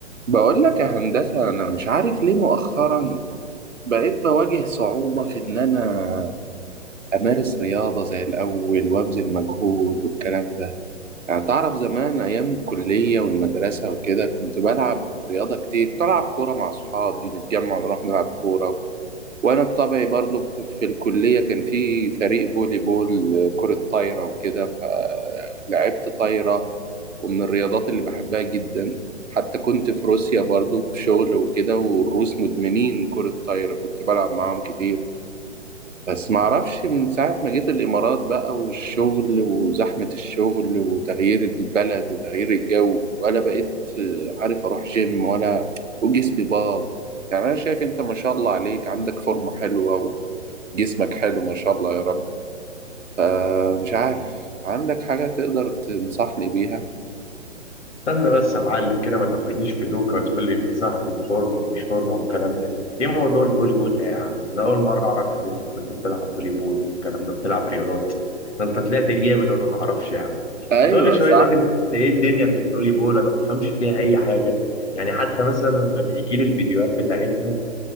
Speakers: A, on the right; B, on the left.
A: بقول لك يا هندسة أنا مش عارف ليه مؤخرا بقيت بواجه صعوبة في إن أنا أمارس رياضة زي الأول وأبذل مجهود والكلام ده، يعني تعرف زمان أيام الكلية والمدرسة وكده كنت بلعب رياضة كتير، كنت ألعب كورة مع أصحابي نتجمع نروح نلعب كورة وانا بطبعي برضو في في الكليه كان في فريق فولي بول كره طايره وكده فلعبت طايره ومن الرياضات اللي بحبها جدا حتى كنت في روسيا برضو في شغل وكده والروس مدمنين كره طايره كنت بلعب معاهم كتير بس معرفش من ساعة ما جيت الإمارات بقى والشغل وزحمة الشغل وتغيير البلد وتغيير الجو ولا بقيت آه، عارف أروح جيم ولا وجسمي باظ يعني أنا شايف أنت ما شاء الله عليك عندك فورمة حلوة جسمك حلو ما شاء الله يا رب فمش عارف عندك حاجة تقدر تنصحني بيها
B: استنى بس يا معلم كده ما تاخدنيش في دوكا وتقول لي انصحني فورمه ومش فورمه والكلام ده ايه موضوع البولي بول ده يا عم انا اول مره اعرف ان انت كنت بتلعب بولي بول الكلام ده بتلعب رياضات ده انت طلعت جامد وانا ما اعرفش يا عم
A: ايوه
B: هتقول لي شويه
A: صح
B: طب انت ايه الدنيا في البولي بول انا ما بفهمش فيها اي حاجه يعني حتى مثلا لما بيجي لي الفيديوهات بتاعتها